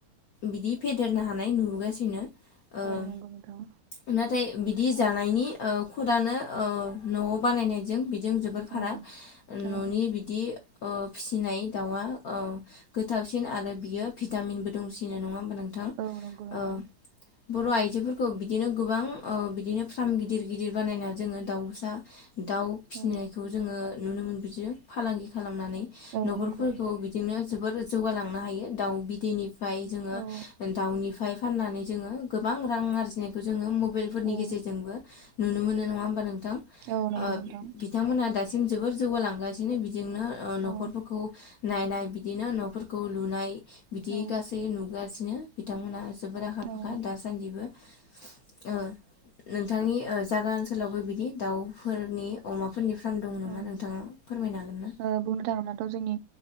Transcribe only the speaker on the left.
बिदि फेदेरनो हानाय नुबोगासिनो ओ
नाथाय बिदि जानायनि ओ खुदानो ओ न'आव बानायनायजों जों जोबोर फाराग
न'नि बिदि ओ फिसिनाय दाउआ ओ गोथावसिन आरो बियो भिटामिनबो दंसि फिनाय नंङा होम नोंथां
ओ बर' आइजोफोरखौ बिदिनो गोबां ओ बिदिनो फ्राम गिदिर गिदिर बानायना जोंङो दाउसा दाउ
फिनायखौ जोंङो नुनो मोन बिदिनो फालांगि खालाम खालामनानै
न'खरफोरखौ
बिदिनो जोबोर जौगालांनो हायो दाउ बिदैनिफाय जोंङो
दाउनिफाय फाननानै जोंङो गोबां रां आरजिनायखौ जोंङो मबाइलफोरनि
गेजेरजोंबो नुनो मोनो नंङा होमबा नों थां
ओ
बिथांमोना दासिम जोबोर जौगालांगासिनो बि जिंनो ओ न'खरफोरखौ
नायनाय बिदिनो न'फोरखौ लुनाय बिदि
गासै नुगासि नो बिथांमोना जो जोबोर आखा फाखा
दास सान्दिबो ओ नोंथांनि ओ जागा ओनसोलावबो बिदि दाउफोरनि अमा फोरनि फ्राम दं नामा
नोंथाङा फोरमायनो हागोन ना